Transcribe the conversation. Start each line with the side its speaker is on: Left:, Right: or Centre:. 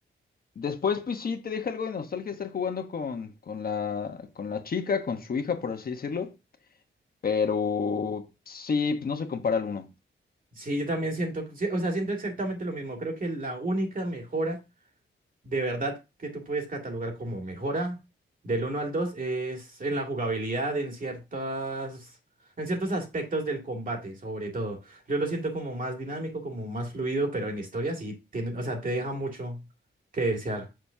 Left: Después, pues sí, te deja algo de nostalgia estar jugando con, con la, con la chica, con su hija, por así decirlo. Pero sí, pues, no se compara al uno.
Right: Sí, yo también siento, que- sí, o sea, siento exactamente lo mismo. Creo que la única mejora de verdad que tú puedes catalogar como mejora del uno al 2 es en la jugabilidad, en ciertas, en ciertos aspectos del combate, sobre todo. Yo lo siento como más dinámico, como más fluido, pero en historia sí tiene, o sea, te deja mucho que desear.